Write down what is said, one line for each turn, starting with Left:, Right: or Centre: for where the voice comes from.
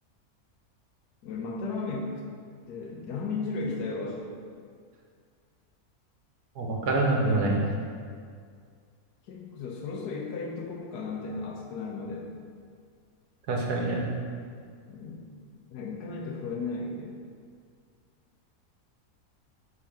Left: 俺、またラーメン食って、ラーメン二郎行きたいわ。
Right: まあわからなくもない。
Left: 結構そろそろ一回行っとこうかなみたいな、暑くなるまで。
Right: 確かにね。
Left: うん。なんか行かないと不安になるよね。